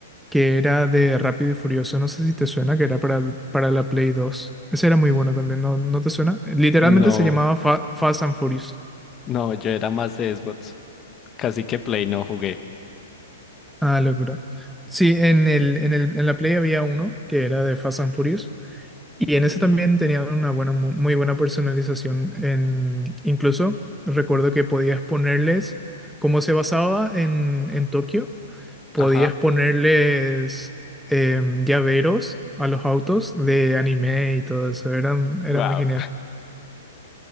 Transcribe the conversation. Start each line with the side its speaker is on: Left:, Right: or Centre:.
Centre: que era de Rápido y Furioso, no sé si te suena, que era para, el- para la Play dos Ese era muy bueno también, ¿no, no te suena? Literalmente
Left: No,
Centre: se llamaba Fa- Fast and Furious.
Left: no, yo era más de Xbox. Casi que Play no jugué.
Centre: Ah, locura. Sí, en el, en el, en la Play había uno que era de Fast and Furious. Y en eso también tenían una buena, mu- muy buena personalización. En, incluso recuerdo que podías ponerles, como se basaba en, en Tokio, podías
Left: Ajá.
Centre: ponerles em, llaveros a los autos de anime y todo eso. Eran, era
Left: Wow.
Centre: muy genial.